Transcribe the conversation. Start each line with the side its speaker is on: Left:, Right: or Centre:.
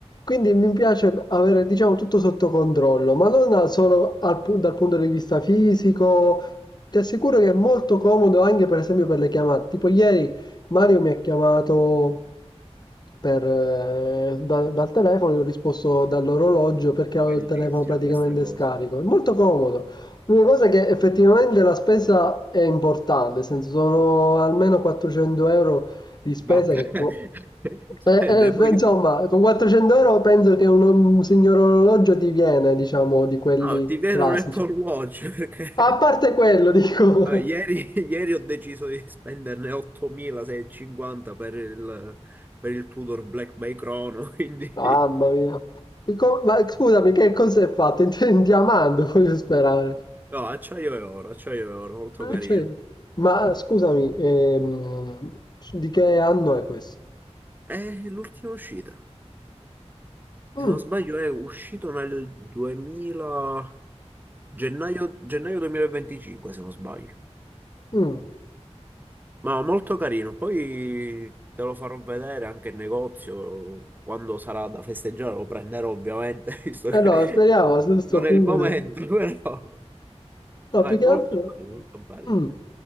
Left: Quindi mi piace avere, diciamo, tutto sotto controllo, ma non al- solo al pu- dal punto di vista fisico. Ti assicuro che è molto comodo anche, per esempio, per le chiamate. Tipo ieri Mario mi ha chiamato per, eh, da- dal telefono, gli ho risposto dall'orologio perché avevo
Right: Bellissima
Left: il telefono praticamente
Right: questa cosa.
Left: scarico. È molto comodo. L'unica cosa è che effettivamente la spesa è importante, nel senso sono almeno 400 euro di spesa
Right: Vabbè,
Left: che...
Right: <laughs> Cioè,
Left: Eh,
Right: ne voglio...
Left: eh, insomma, con 400 euro penso che un, un signor orologio ti viene, diciamo, di quelli
Right: Ah, ti viene
Left: classici.
Right: un Apple Watch perché
Left: A parte quello, dico...
Right: <laughs> allora, ieri, ieri ho deciso di spenderne 8.650 per il, per il Tudor Black Bay Chrono, quindi...
Left: <laughs> Mamma
Right: <laughs>
Left: mia. Co- Ma scusami, che cosa è fatto? <laughs> In, in diamante, voglio sperare.
Right: No, acciaio e oro, acciaio e oro, molto
Left: Ah,
Right: carino.
Left: certo. Ma scusami, ehm, di che anno è questo?
Right: È l'ultima uscita.
Left: Mm,
Right: Se non sbaglio è uscito nel 2000... Gennaio, gennaio 2025, se non sbaglio.
Left: mm.
Right: Ma molto carino, poi te lo farò vedere anche in negozio quando sarà da festeggiare, lo prenderò ovviamente, <laughs> visto
Left: Allora,
Right: che
Left: speriamo a questo
Right: non
Left: punto.
Right: è il momento, <laughs> però
Left: No,
Right: no,
Left: più
Right: è molto
Left: che altro...
Right: bello, molto bello.
Left: Mm.